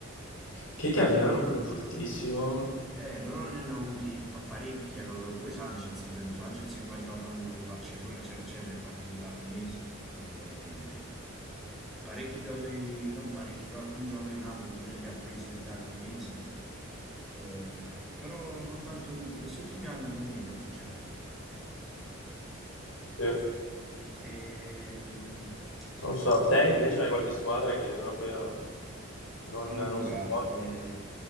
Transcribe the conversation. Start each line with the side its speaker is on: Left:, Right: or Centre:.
Left: Chi è che avevano quello fortissimo?
Centre: Eh, loro ne hanno avuti pa- parecchi, hanno avuto pure Sanchez, per esempio. Sanchez che poi ha giocato nel Barcellona, eccetera, eccetera, è partito da Udinese. Eh, Parecchi giocatori, non parecchi, però alcuni giocatori del Napoli pure li ha presi da- dall'Udinese. Eh, però non tanto in questi ultimi anni, un po' meno, sinceramente.
Left: Sì.
Centre: Ehm, aspetta.
Left: Non so, te invece hai qualche squadra che proprio non,
Centre: Allora,
Left: non supporti?
Centre: eh,